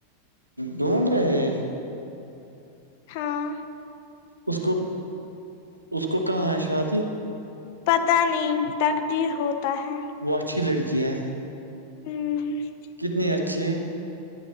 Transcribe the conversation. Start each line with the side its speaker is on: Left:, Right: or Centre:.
Right: ڈھونڈ رہے <unintelligible>
Left: ہاں
Right: اس کو اس کو کہاں ہے شادی
Left: پتہ نہیں تقدیر ہوتا ہے
Right: وہ اچھی لڑکی ہیں
Left: ہوں مجھے
Right: کتنی اچھی ہیں